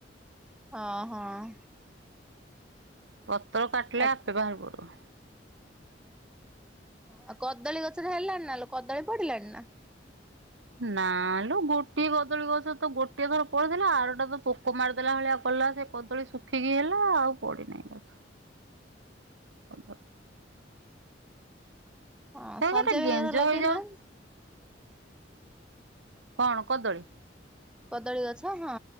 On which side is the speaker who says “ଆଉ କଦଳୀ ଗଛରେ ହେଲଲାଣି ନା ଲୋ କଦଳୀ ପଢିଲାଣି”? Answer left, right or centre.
Centre